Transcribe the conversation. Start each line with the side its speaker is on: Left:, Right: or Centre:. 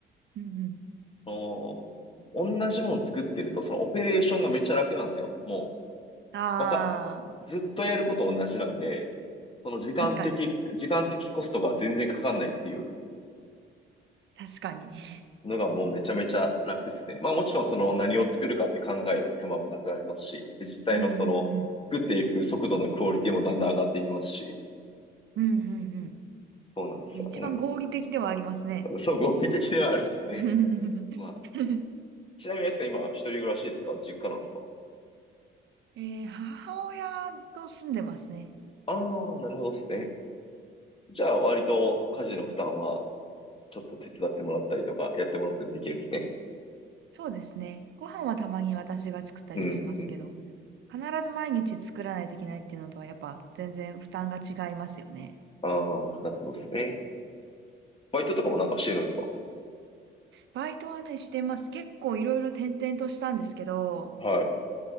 Right: うんうん。
Left: あの同じもの作ってると、そのオペレーションがめっちゃ楽なんですよ。も
Right: ああ、
Left: う、わか、ずっとやること同じなんで、その時間的、
Right: 確かに。
Left: 時間的コストが全然かかんないっていう
Right: 確かに。<laughs>
Left: のがもうめちゃめちゃ楽っすね。まあもちろんその何を作るかって考える手間もなくなりますし、で実際のその作っていく速度のクオリティもだんだん上がっていきますし、
Right: うんうんうん。うんうん
Left: そうなんですよね。
Right: うん。一番合理的ではありますね。
Left: そう、合理的ではあるっすね。
Right: <laughs>
Left: まあ、ちなみにですか、今一人暮らしですか実家なんですか
Right: ええ、母親と住んでますね。
Left: ああー、なるほどっすね。じゃあ割と家事の負担はちょっと手伝ってもらったりとか、やってもらったりできるっすね。
Right: そうですね。ご飯はたまに私が作ったりしますけど、
Left: うんうん。
Right: 必ず毎日作らないといけないっていうのとはやっぱ全然負担が違いますよね。
Left: ああ、なるほどっすね。バイトとかもなんかしてるんですか
Right: バイトはね、してます。結構いろいろ転々としたんですけど、
Left: はい。